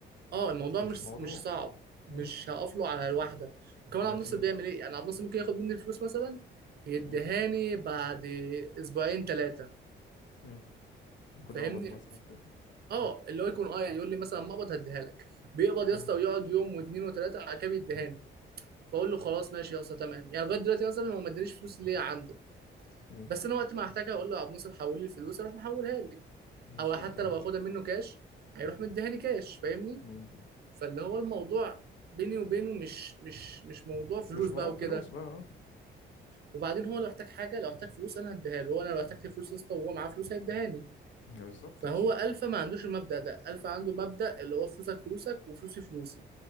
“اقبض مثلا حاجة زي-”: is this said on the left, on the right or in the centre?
Left